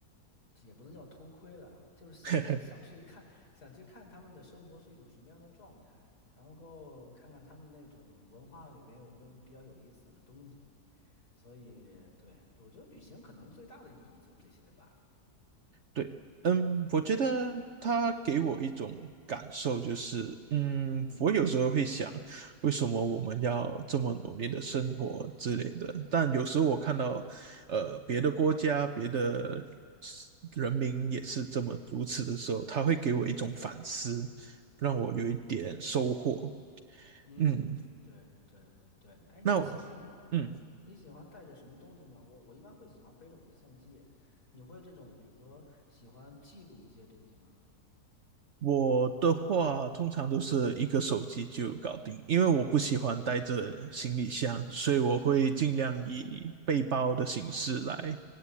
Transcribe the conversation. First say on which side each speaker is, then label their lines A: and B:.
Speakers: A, on the left; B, on the right.
A: 也不能叫偷窥了，就是想想去看，
B: <laughs>
A: 想去看他们的生活是一种什么样的状态，然后看看他们那种文化里边有没有比较有意思的东西。所以，对，我觉得旅行可能最大的意义就是这些吧。
B: 对，嗯，我觉得他给我一种感受，就是，嗯，
A: 嗯
B: 我有时候会想，为什么我们要这么努力的生活之类的？但有时候我看到，呃，别的国家、别的人民也是这么如此的时候，他会给我一种反思，让我有一点收获。
A: 嗯。嗯嗯，
B: 嗯，
A: 对对对，哎，
B: 那我，
A: 你喜欢嗯，
B: 嗯。
A: 你喜欢带着什么东西吗？我我一般会喜欢背着我的相机耶，你会这种比如说喜欢记录一些东西吗？
B: 我的话通常都是一个手机就搞定，因为我不喜欢带着行李箱，所以我会尽量以背包的形式来